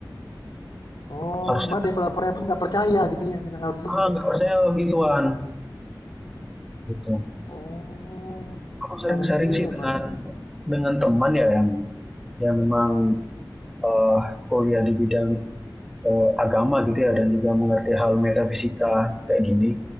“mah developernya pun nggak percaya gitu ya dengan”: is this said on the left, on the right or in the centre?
Left